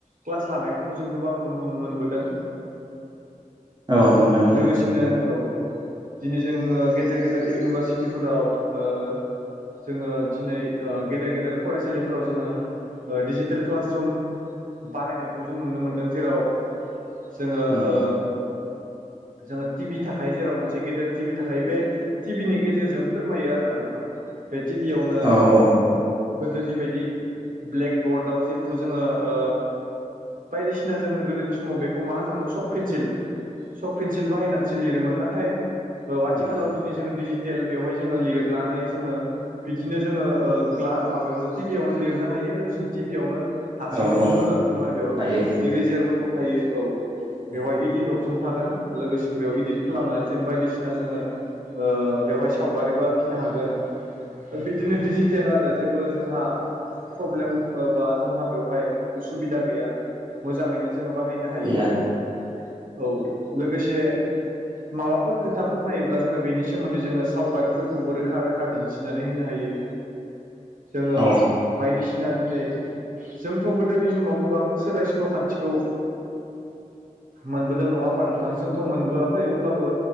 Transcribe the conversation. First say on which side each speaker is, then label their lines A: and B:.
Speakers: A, on the right; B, on the right.
A: क्लास लानायफोरखौ जों गोबां नुनो मोनबोदों।
B: औ मोनदों मोनदों
A: लोगोसेनो औ दिनै जोङो गेदेर गेदेर इउनिभारसिटिफोराव ओ जोङो दिनै ओ गेदेर गेदेर फरायसालिफोराव जोङो डिजिटेल क्लासरुम बानायनायखौ जों नुनो मोनदों जेराव जोङो
B: उम
A: ओ जोङो टि भि थाखाय जेराव मोनसे गेदेर टिभि थाख बे टिभिनि गेजेरजों फोरमायो आरोना नोंथां। बे टिभीयावनो
B: औ औ
A: गोदोनि बायदि ब्लेकबर्डआव जिहेथु जोङो ओ बायदिसिना जोङो गोदोनि समाव बेखौ मा होनांगोन सख पेन्सिल सख पेन्सिल बाहायनानैसो लिरोमोन नाथाय आथिखालाव
B: उम
A: दिनै जोङो दिजिटेल बेवहाय जोङो लिरनानै जोङो बिदिनो जोङो ओ ग्ला माबायावनो टिभियावनो लिरनो हायो लोगोसे टिभियावनो हारसिंनो
B: औ
A: गोमोर
B: औ
A: लांफिनो माने बेयाव
B: हायो
A: इरिजारबो थाखायो औ
B: उम
A: बेवहाय इदिद अपसन थागोन लोगोसेनो बेयाव इदिट खालामनानै जों बायदिसिना जोङो ओ बेवहाय सावगारिबो आखिनो हागोन ओ बिदिनो डिजिटेल आरो जेबो जोंहा प्रब्लेम ओ बा जोंहा बेवहाय उसुबिदा गैया मोजाङैनो जोङो बाहायनो हायो
B: गैया
A: औ लोगोसे माबाफोर खोथाफोर नायोब्ला जोङो बेनि सोमोन्दै जोङो सावगारिफोरखौबो रोखा रो खा दिन्थिनानै होनो हायो जोङो
B: औ
A: बायदिसिना दिनै जोंथ' गोदोनि समाव गोबां सोलाय सोल' खान्थिखौ मोनबोदों नङा होमबा नोंथां जोंथ' मोनबोआखै अब्लाबो